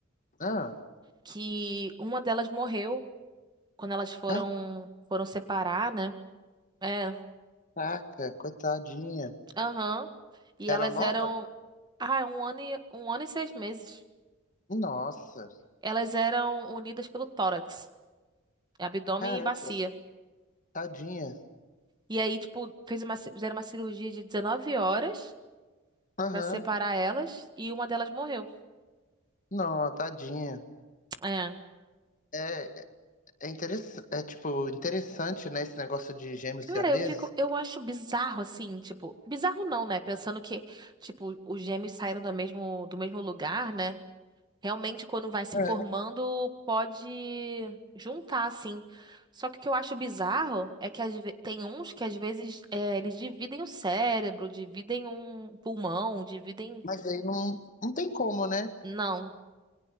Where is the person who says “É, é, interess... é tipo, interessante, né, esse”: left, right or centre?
Left